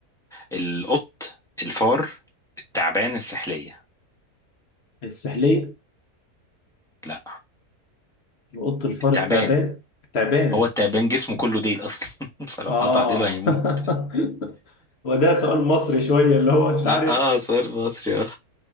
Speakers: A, in the centre; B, on the left.
A: القط الفار التعبان السحليه
B: السحليه
A: لا
B: القط الفار
A: التعبان
B: التعبان التعبان
A: هو التعبان جسمه كله ديل اصلا <laughs> فلو
B: اه
A: قطع ديله هيموت
B: <laughs> وده سؤال مصري شويه اللي هو انت
A: اه,
B: عارف
A: آه صار مصري اه